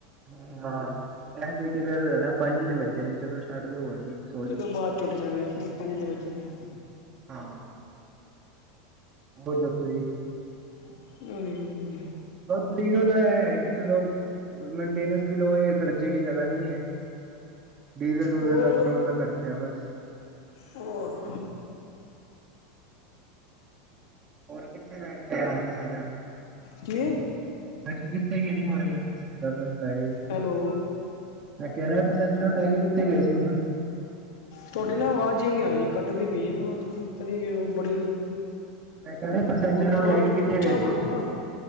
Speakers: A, on the right (about 40°); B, on the left (about 65°).
A: ਹਾਂ ਕਹਿੰਦੇ ਕੇ ਫੇਰ ਹਨਾ ਪੰਜ ਈ ਤੇ ਵੱਜੇ ਨੇ ਚਲੋ ਛੱਡ ਦੋ ਹੋਰ ਕੀ ਸੋ ਜਾਓ
B: ਚਲੋ ਬਾਅਦ ਚ ਉੱਠ ਜਾਗੇ ਆਪ ਪੰਜ ਈ ਤੇ ਵਜੇ ਨੇ
A: ਹਾਂ। ਹੋਰ ਦੱਸੋ ਜੀ
B: <unintelligible>
A: ਬਬਲੀਨੋ ਦਾ ਐ, ਹੈ ਕਿ ਚੱਲੋ <unintelligible> ਵੀ ਲੋ ਖਰਚੇ ਵੀ ਜ਼ਿਆਦਾ ਨੀ ਐ। ਡੀਜ਼ਲ- ਡੁਜਲ
B: ਹੋਰ
A: ਦਾ, ਪੈਟਰੋਲ ਦਾ ਖਰਚਾ ਏ ਬਸ।
B: ਹੋਰ
A: ਹੋਰ ਕਿੱਥੇ ਲੈ ਕੇ ਗਏ, ਹੁਣ ਪੈਸੇੰਜਰਾ ਨੂੰ
B: ਕੀ
A: ਬ ਕਿੱਥੇ ਗੇਹੜੀ ਮਾਰੀ ਉਹ <unintelligible> ਲੈ ਗਏ
B: ਹੈਲੋ
A: ਮੈਂ ਕਹਿ ਰਿਹਾ ਪਸਂਜਰਾਂ ਨੂੰ ਲੈ ਕੇ ਕਿੱਥੇ ਗਏ ਸੀ ਹੁਣ
B: ਤੁਹਾਡੀ ਨਾ ਆਵਾਜ਼ ਹੀ ਨਹੀਂ ਆ ਰਹੀ ਕੱਟਦੀ ਪਈ ਹੈ ਵਾ ਥੋੜੀ, ਪਤਾ <unintelligible> ਕਿ ਬੜੀ
A: ਮੈਂ ਕਹਿ ਰਹੇ ਆ ਪੈਸੇਜਰਾਂ ਨੂੰ,
B: ਥੋੜਾ
A: ਲੈ ਕੇ ਕਿੱਥੇ
B: ਉੱਚਾ
A: ਗਏ ਸੀ?
B: ਬੋਲੋ
A: ਹੁਣ,
B: ਨਾ